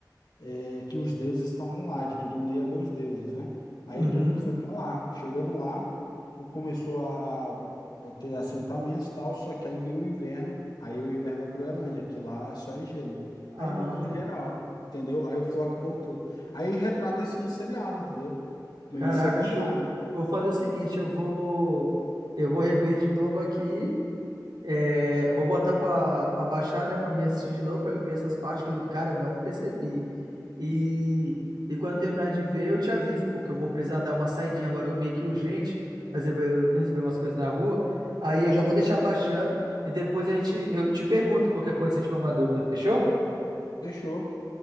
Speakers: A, on the left; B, on the right.
A: é, que os deuses estavam lá, que todo mundo ia ver os deuses, né? Aí
B: Uhum.
A: todo mundo foi para lá. Chegando lá, o- começou a, a a ter assentamentos e tal, só que aí veio o inverno, aí o inverno da Groenlândia, que lá é só é gelo.
B: Ah.
A: Aí morreu geral, entendeu? Aí o Flock voltou. Aí retrata isso no seriado, entendeu? Mas
B: Caraca,
A: isso é verdade.
B: show. Vou fazer o seguinte, eu vou eu vou rever de novo aqui, é, vou botar pra pra baixar, né, Pra me assistir de novo, pra me ver essas partes que eu, cara, eu não percebi. E e quando eu terminar de ver, eu te aviso, porque eu vou precisar dar uma saidinha agora meio que urgente, fazer eu resolver umas coisas na rua. Aí eu já vou deixar baixando e depois a gente eu te pergunto qualquer coisa se tiver uma dúvida, fechou?
A: Fechou.